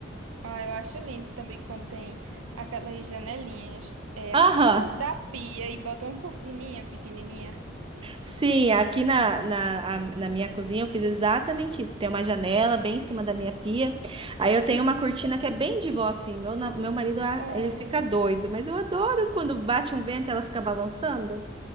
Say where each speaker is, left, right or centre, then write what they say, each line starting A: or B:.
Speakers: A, on the right; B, on the right.
A: Ah, eu acho lindo também quando tem aquelas janelinhas é,
B: Aham,
A: acima da pia e bota uma cortininha pequenininha.
B: Sim, aqui na, na, a- na minha cozinha eu fiz exatamente isso. Tem uma janela bem em cima da minha pia. Aí eu tenho uma cortina que é bem de vó, assim. Meu, na- meu marido, ah,
A: Oh,
B: ele fica doido, mas eu adoro quando bate um vento e ela fica balançando.